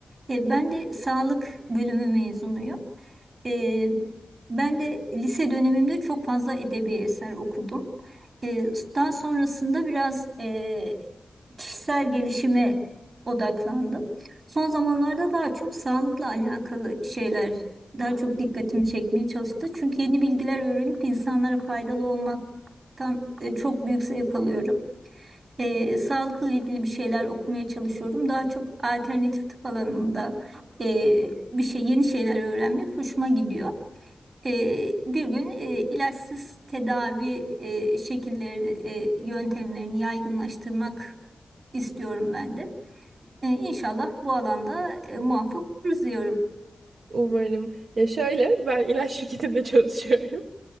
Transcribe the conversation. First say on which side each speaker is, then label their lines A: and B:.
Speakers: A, on the right; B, on the right.
A: E, ben de sağlık bölümü mezunuyum. E, ben de lise dönemimde çok fazla edebi eser okudum. E, daha sonrasında biraz e, kişisel gelişime odaklandım. Son zamanlarda daha çok sağlıkla alakalı şeyler daha çok dikkatimi çekmeye çalıştı. Çünkü yeni bilgiler öğrenip insanlara faydalı olmaktan e, çok büyük zevk alıyorum e, sağlıkla ilgili bir şeyler okumaya çalışıyorum. Daha çok alternatif tıp alanında e, bir şey yeni şeyler öğrenmek hoşuma gidiyor. E, bir gün e, ilaçsız tedavi e, şekilleri e, yöntemlerini yaygınlaştırmak istiyorum ben de. E, İnşallah bu alanda e, muvaffak oluruz diyorum.
B: Umarım. Ya şöyle ben ilaç şirketinde <laughs> çalışıyorum.